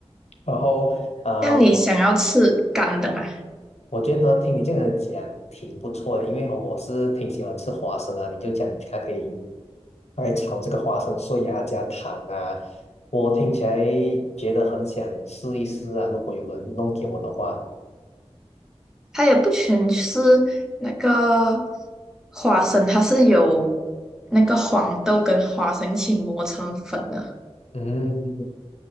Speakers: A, on the left; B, in the centre.
A: 然后啊、
B: 像你想要吃干的嘛？
A: 呃我觉得听你这样讲挺不错的，因为哦我是挺喜欢吃花生的。你就讲它可以来炒这个花生碎啊，加糖啊，我听起来觉得很想试一试啊。如果有人弄给我的话，
B: 它也不全是那个花生，它是有那个黄豆跟花生一起磨成粉的，
A: 嗯，